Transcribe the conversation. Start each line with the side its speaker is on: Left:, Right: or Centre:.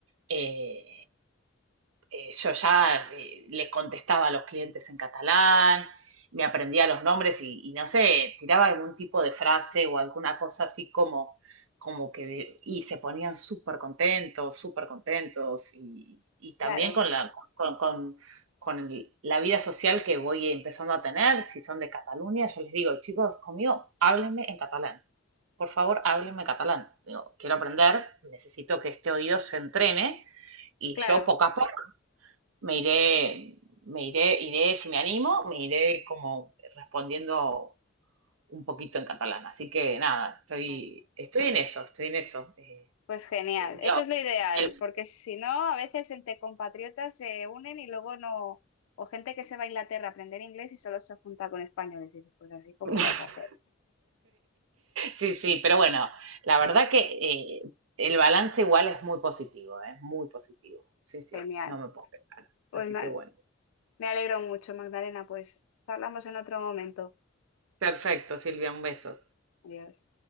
Right: eh, eh, yo ya eh, les contestaba a los clientes en catalán, me aprendía los nombres y, y no sé, tiraba algún tipo de frase o alguna cosa así como, como que, de- y se ponían súper contentos, súper contentos y, y también
Left: Claro,
Right: con la, con, con, con el- la vida social que voy empezando a tener, si son de Cataluña, yo les digo, chicos, conmigo, háblenme en catalán por favor, háblenme catalán. Digo, quiero aprender, necesito que este oído se entrene y
Left: claro.
Right: yo poco a poco me iré, me iré, iré, si me animo, me iré como respondiendo un poquito en catalán. Así que nada, estoy,
Left: Ah,
Right: estoy en eso, estoy en eso. Eh,
Left: Pues genial,
Right: eh, digo,
Left: eso es lo ideal,
Right: el-
Left: porque si no, a veces entre compatriotas se unen y luego no, o gente que se va a Inglaterra a aprender inglés y solo se junta con españoles, y dices, pues así poco
Right: <laughs>
Left: vas a hacer.
Right: Sí, sí, pero bueno, la verdad que eh, el balance igual es muy positivo, es muy positivo. Sí, sí,
Left: Genial.
Right: no me puedo quejar.
Left: Pues
Right: Así
Left: nada.
Right: que bueno.
Left: Me alegro mucho, Magdalena. Pues hablamos en otro momento.
Right: Perfecto, Silvia, un beso.
Left: Adiós.